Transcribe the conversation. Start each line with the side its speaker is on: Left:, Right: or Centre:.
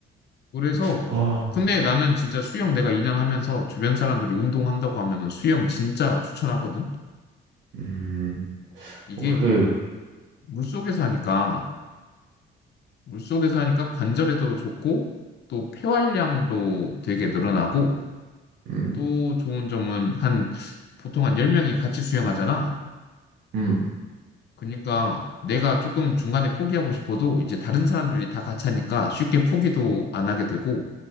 Left: 그래서
Right: 어,
Left: 근데 나는 진짜 수영 내가 2년 하면서 주변 사람들이 운동한다고 하면은 수영 진짜 추천하거든.
Right: 음,
Left: 이게
Right: 혹시,
Left: 물속에서 하니까 물속에서 하니까 관절에도 좋고 또 폐활량도 되게 늘어나고
Right: 음,
Left: 또 좋은 점은 한 보통 한 10명이 같이 수영하잖아.
Right: 음.
Left: 그러니까 내가 조금 중간에 포기하고 싶어도 이제 다른 사람들이 다 같이 하니까 쉽게 포기도 안 하게 되고